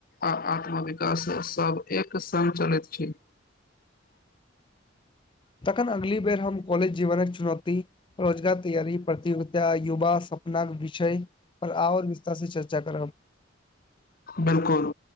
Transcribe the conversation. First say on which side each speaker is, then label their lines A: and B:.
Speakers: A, on the left; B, on the left.
A: आ आत्मविकाास सभ एक संग चलैत छी
B: तखन अगली बेर हम कॉलेज जीवनक चुनौती रोजगार तैयारी प्रतित युवा सपना के विषय पर आओर विस्तार से चर्चा करब
A: बिल्कुल